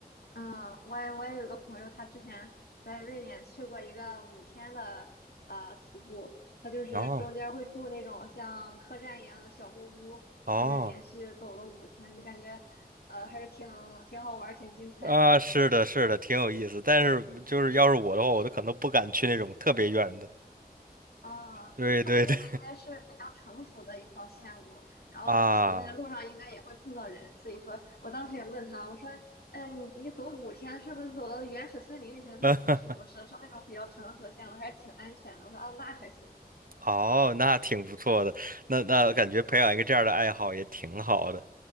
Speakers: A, on the left (about 75°); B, on the right (about 60°).
A: 嗯，我也我也有一个朋友，他之前在瑞典去过一个五天的呃徒步，他就是中间会住那种像客栈一样的小木屋，
B: 哦哦。
A: 就是连续走了五天，就感觉呃还是挺挺好玩儿，挺精彩的。
B: 啊，是的，是的，挺有意思。但是就是要是我的话，我都可能不敢去那种特别远的。
A: 啊，
B: 对对对，
A: 他们那个应该是比较成熟的一条线路，然后是那个路上应该也会碰到人，
B: 啊，
A: 所以说我当时也问他，我说，嗯，你你走五天是不是走到原始森林里去了？他说不是不是，
B: 嗯，
A: 是那种比较成熟的线路，还挺安全的。我说啊，那还行，
B: 哦，那挺不错的。那那感觉培养一个这样的爱好也挺好的